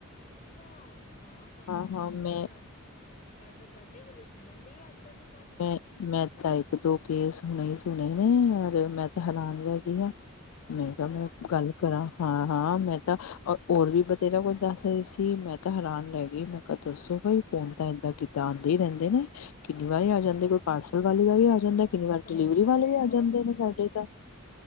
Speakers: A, on the left (about 40°); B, on the left (about 70°).
A: ਅੱਛਾ, ਨਾ ਮੈਂ
B: ਹਾਂ-ਹਾਂ
A: ਤਾ ਨੀ ਸੁਣਿਆ
B: ਮੈਂ
A: ਤੁਹਾਡੇ ਕੋਲ ਮੈਂ ਤਾਂ ਤੁਆਡੇ ਕੋਲੋਂ ਸੁਣਿਐ। ਡੀ ਇੱਦਾ ਦੀ ਗੱਲ।
B: ਮੈਂ-ਮੈਂ ਤਾ ਇੱਕ, ਦੋ ਕੇਸ ਹੁਣੇ ਈ ਸੁਣੇ ਨੇ ਔਰ ਮੈਂ ਤਾ ਹੈਰਾਨ ' <unintelligible> ' ਮੈਂ
A: ਅੱਛਾ
B: ਤੁਹਾਨੂੰ ਕੱਲ੍ਹ ਕਰਾਂ, ਹਾਂ-ਹਾਂ ਮੈਂ ਤਾ, ਅ ਔਰ ਵੀ ਬਤੇਰਾ ਕੁੱਝ ਦੱਸ ਅਈ ਸੀ ਮੈਂ ਤਾ ਹਰਾਨ ਰਹਿ ਗੀ ਮੈਂ ਕਾਂ ਦੱਸੋ ਬਈ ਫੋਨ ਤਾਂ ਏਦਾਂ ਕਿੱਦਾਂ ਆਂਦੇ ਈ ਰਹਿੰਦੇ ਨੇ ਕ ਕਿੰ ਦਾ
A: ਹਮ
B: ਵੀ ਆ ਜਾਂਦੇ ਕੋਈ ਪਾਰਸਲ ਵਾਲੀ ਦਾ
A: ਸਹੀ
B: ਵੀ ਆ ਜਾਂਦਾ ਕਿੰਨੀ
A: ਸਹੀ
B: ਵਾਰ ਡਿਲੀਵਰੀ
A: ਗੱਲ
B: ਵਾਲੇ
A: ਹੈ
B: ਵੀ ਆ ਜਾਂਦੇ ਨੇ ਸਾਡੇ ਤਾਂ।